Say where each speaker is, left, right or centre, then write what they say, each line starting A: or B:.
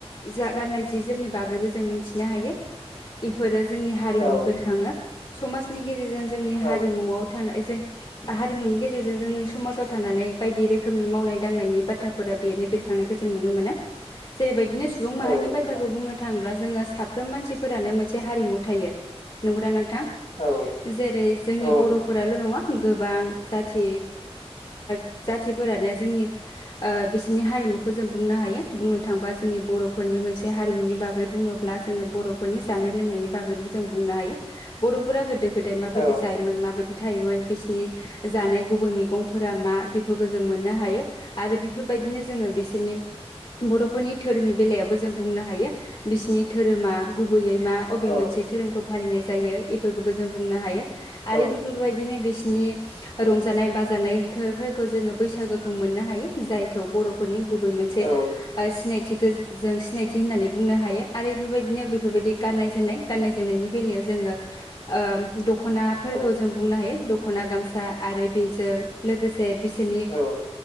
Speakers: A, on the left; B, on the left.
A: जा गाननाय जि जोमनि बागैबो जों मिथिनो हायो बेफोरो जोंनि हारिमुाव
B: औ
A: बेरखाङो समाजनि गेजेरजों जोंनि
B: औ
A: हारिमुआव थानाय जों हारिमुनि गेजेरजों जोंनि समाजाव थानानै बायदि रोखोमनि मावनाय दांनायनि बाथ्राफोरा बेरो बेरखां मोननायखौ जों नुनो मोनो जेरैबायदिनो सुबुं माहारिनि
B: औ
A: बाथ्राखौ
B: नोंथां
A: बुंनो थाङोब्ला जोङो साफ्रोम मानसिफोरानो मोनसे हारिमु थायो नंगौना नों थां
B: औ
A: जेरै जोंनि
B: औ
A: बरफोराल
B: नोंथां
A: नङा गोबां जाथि <unintelligible> जाथिफोरानो जोंनि ओ बिसोरनि हारि बेखौ जों बुंनो हायो बुंनो थांबा जोंनि बरफोरनि मोनसे बे हारिमुनि बागै बुङोब्ला जोङो बरफोरनि जानाय लोंनायनि बागैबो जों बुंनो हायो बरफोरा गोदो गोदाय माबायदि
B: औ
A: जायोमोन माबायदि थायोमोन बिसिनि जानाय गुबै मैगंफोरा मा बेफोरखौ जों मोननो हायो आरो बेफोरबायदि बिदिनो जोङो बिसिनि बरफोरनि दोरोंनि बेलायावबो जों बुंनो हायो बिसिनि धोरोमा गुबैयै मा अबे
B: औ
A: मोनसे धोरोमखौ फालिनाय जायो इफोरखौबो जों बुंनो हायो आरो
B: औ
A: इफोरखौ बायदिनो बिस नि रंजानाय बाजानायखो फोरखौ जोङो बैसागोखौ मोननो हायो जायखौ बरफोरनि गुबै मोनसे
B: औ
A: ओ सिनायथिखो जों सिनायथि होननानै बुंनो हायो आरो एफोरबायदिनो बेफोरबायदि गाननाय जोमनाय गाननाय जोमनायनि बेलायाव जोङो ओ दखनाफोरखौ
B: औ
A: जों बुंनो हायो दखना गामसा आरो बेजों लोगोसे बिसोरनि
B: औ